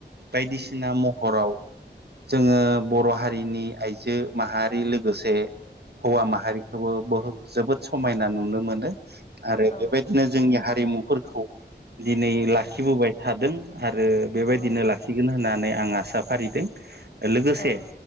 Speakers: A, on the right (about 65°); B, on the left (about 40°).
A: बायदिसिना महराव जोङो बर हारिनि आइजो माहारि लोगोसे हौवा माहारिखौबो ब जोबोद समायना नुनो मोनो आरो
B: औ
A: बेबायदिनो जोंनि हारिमुफोरखौ दिनै लाखिबोबाय
B: नोंथां
A: थादों आरो बेबायदिनो
B: औ
A: लाखिगोन होननानै आं आसा फारिदों लोगोसे
B: औ